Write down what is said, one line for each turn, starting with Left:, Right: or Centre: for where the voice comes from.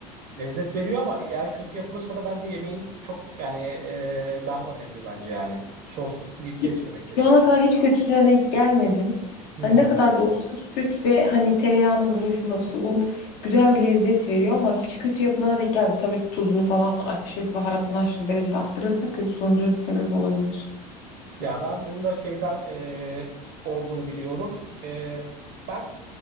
Right: Lezzet veriyor ama eğer kötü yapılırsa da bence yemeğin çok yani e, e, berbat ediyor bence yani. Sos deyip
Left: Hiç,
Right: geçmemek gerekiyor.
Left: şu ana kadar hiç kötüsüne denk gelmedim.
Right: Hmm.
Left: Hani ne kadar da olsa süt ve hani tereyağının buluşması, un güzel bir lezzet veriyor ama hiç kötü yapılana denk gelmedim. Tabii tuzunu falan aşırı, baharatını aşırı derecede arttırırsa kötü sonuca sebep olabilir.
Right: Ya ben bunda şeyden e, olduğunu biliyorum. E, ben